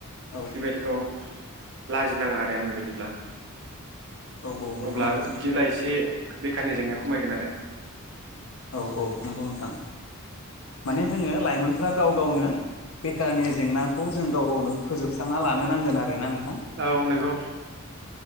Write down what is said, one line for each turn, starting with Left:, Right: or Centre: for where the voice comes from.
Left: औ
Right: बेबायदिखौ लाजि नाङा आरो आंनि बायदिब्ला
Left: औ औ नंगौ
Right: अब्ला
Left: नोंथां
Right: बिदिब्ला एसे बेखारनि जेंनाया खमायगोन आरो।
Left: औ औ नोंगौ नोंथां माने जोङो लाइमोनफ्रा गाव गावनो बेखारनि जेंनाखौ जों गाव गावनो फोजोबस्रांना लानो नांगोन आरो ना नों
Right: औ नोंगौ।